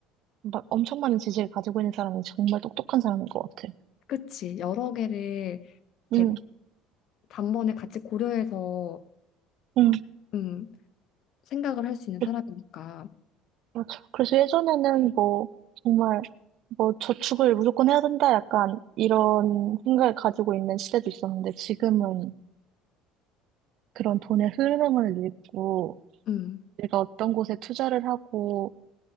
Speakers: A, on the right; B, on the left.
A: 막 엄청 많은 지식을 가지고 있는 사람이 정말 똑똑한 사람인 것 같아.
B: 그치 여러 개를 이렇게
A: 응,
B: 단번에 같이 고려해서
A: 응,
B: 음, 생각을 할 수 있는
A: 그-
B: 사람이니까.
A: 맞아. 그래서 예전에는 뭐, 정말, 뭐, 저축을 무조건 해야 된다, 약간, 이런 생각을 가지고 있는 시대도 있었는데, 지금은 그런 돈의 흐름을 읽고,
B: 음,
A: 내가 어떤 곳에 투자를 하고,